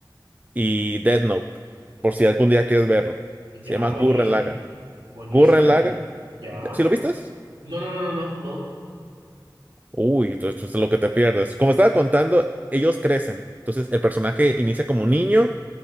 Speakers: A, on the right (about 20°); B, on the right (about 80°).
A: y Death Note, por si algún día quieres verlo.
B: Ya,
A: Se llaman
B: buenísimo.
A: Gurren Lagann.
B: Buenísimo.
A: Gurren Lagann,
B: Ya.
A: ya- ¿sí lo viste?
B: No, no, no, no, no, no.
A: Uy, esto esto es lo que te pierdes. Como estaba contando, ellos crecen. Entonces el personaje inicia como niño